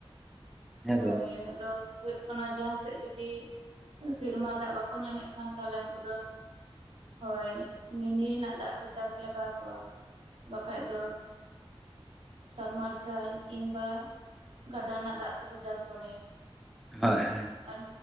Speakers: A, in the centre; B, on the right.
A: ᱦᱮᱸᱥᱮ
B: ᱦᱳᱭ ᱟᱫᱚ ᱾ ᱚᱱᱟ ᱡᱟᱦᱟᱸ ᱥᱮᱫ ᱡᱩᱫᱤ ᱥᱮᱨᱢᱟ ᱫᱟᱜ ᱵᱟᱠᱚ ᱧᱟᱢᱮᱫ ᱠᱷᱟᱱ ᱛᱟᱦᱚᱞᱮ ᱩᱱᱠᱩ ᱫᱚ ᱦᱳᱭ ᱢᱤᱱᱤ ᱨᱮᱱᱟᱜ ᱫᱟᱜ ᱛᱮ ᱪᱟᱥ ᱞᱟᱜᱟᱣ ᱟᱠᱚᱣᱟ ᱾ ᱵᱟᱠᱷᱟᱡ ᱫᱚ ᱾ ᱥᱟᱵᱢᱟᱨᱥᱟᱞ ᱠᱤᱢᱵᱟ ᱜᱟᱰᱟ ᱨᱮᱱᱟᱜ ᱫᱟᱜ ᱛᱮᱠᱚ ᱪᱟᱥ ᱵᱟᱲᱟᱭᱟ ᱾
A: ᱦᱳᱭ ᱦᱳᱭ ᱾
B: ᱟᱨ